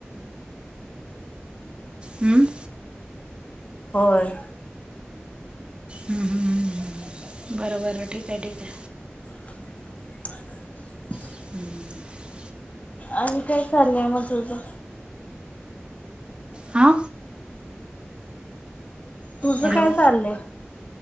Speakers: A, on the right; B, on the left.
A: हम्म.
B: होय.
A: हम्म हम्म हम्म बर बर ठीक आहे ठीक आहे.
B: <unintelligible>
A: <unintelligible>
B: आणि काय चाललंय मग तुझ
A: आ,
B: तुझ
A: हॅलो
B: काय चाललंय?